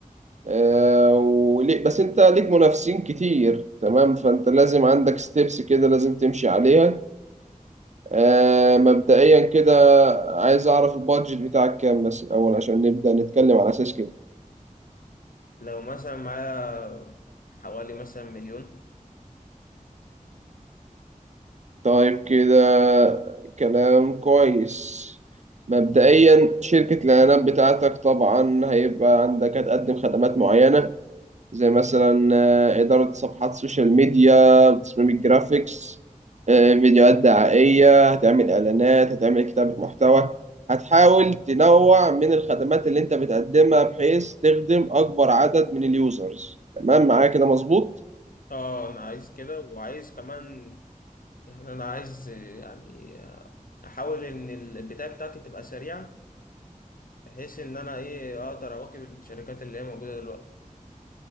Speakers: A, on the right; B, on the left.
A: آه وليه بس أنت ليك منافسين كتير تمام فأنت لازم عندك ستيبس كده لازم تمشي عليها آه مبدئيا كده عايز أعرف البادجت بتاعك كام بس الأول عشان نبدأ نتكلم على أساس كده
B: لو مثلا معايا حوالي مثلا مليون
A: طيب كده كلام كويس مبدئيا شركة الإعلانات بتاعتك طبعا هيبقى عندك هتقدم خدمات معينة زي مثلا آه، إدارة صفحات سوشيال ميديا تصميم الجرافيكس آه، فيديوهات دعائية هتعمل إعلانات هتعمل كتابة محتوى هتحاول تنوع من الخدمات اللي أنت بتقدمها بحيث تخدم أكبر عدد من اليوزرز تمام معايا كده مظبوط؟
B: اه انا عايز كده وعايز كمان يعني انا عايز آه، يعني آه، احاول ان البداية بتاعتي تبقى سريعة بحيث ان انا ايه اقدر اواكب الشركات اللي هي موجودة دلوقتي